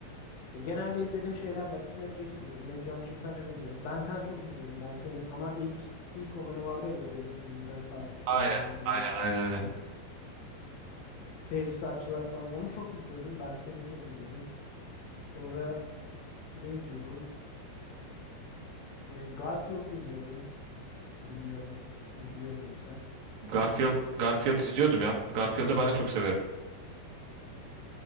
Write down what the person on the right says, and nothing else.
Aynen.
Aynen.
Aynen. Aynen.
Garfield Garfield izliyordum ya. Garfield'ı ben de çok severim.